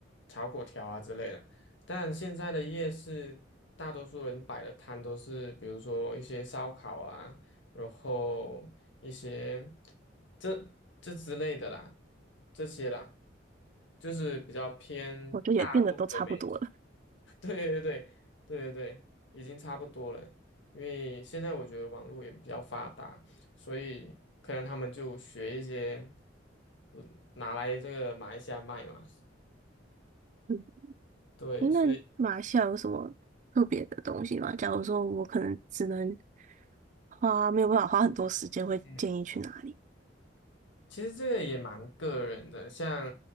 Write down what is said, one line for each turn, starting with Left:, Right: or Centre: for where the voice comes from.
Left: 炒粿条啊之类的。但现在的夜市，大多数人摆的摊都是，比如说一些烧烤啊。然后一些这这之类的啦，这些啦，就是比较偏大陆的美食
Right: 我觉得也变得都差不多了。
Left: <laughs> 对对对对对对，已经差不多了。因为现在我觉得网络也比较发达，所以可能他们就学一些，嗯，拿来这个马来西亚卖嘛。<laughs>
Right: 嗯，
Left: 对，
Right: 诶，
Left: 所以
Right: 那马来西亚有什么特别的东西吗？假如说我可能只能花，没有办法花很多时间，会建议去哪里？
Left: 嗯其实这个也蛮个人的，像